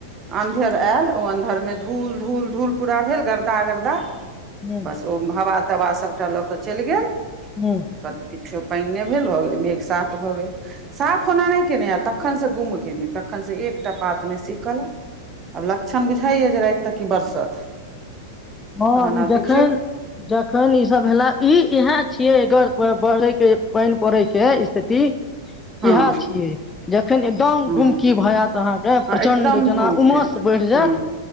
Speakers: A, on the right; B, on the left.
A: अन्धेर आयल ओ अन्धर में धुल धुल धुल पुरा भेल, गरदा, गरदा। बस
B: हुं
A: ओ में हवा तबा सबटा लऽ कऽ चैल गेल।
B: हुं
A: कत की सेहो पेएन नै भेल भऽ गेलै मेघ साफ भऽ गेल, साफ ओना नै कयने आ तखन से गुम कयने, तखन से एकटा पात नै सिहकल ए, आब लक्षण बुझाए या जे राएत तक ई बरसत।
B: हाँ
A: तहन
B: उ
A: आब
B: जखन,
A: देखियौ
B: जखन ई सब भेला ई इहाए छिये एकर व बढ़ै के, पेएन पड़ै के स्थिति
A: हँ
B: इएह छियै, जखन एकदम
A: हँ
B: गुमकी भ जायत अहांके,
A: हँ
B: प्रचंड
A: एकदम
B: जेना
A: गुम
B: उमस
A: छै
B: बढ़ि जायत,
A: हँ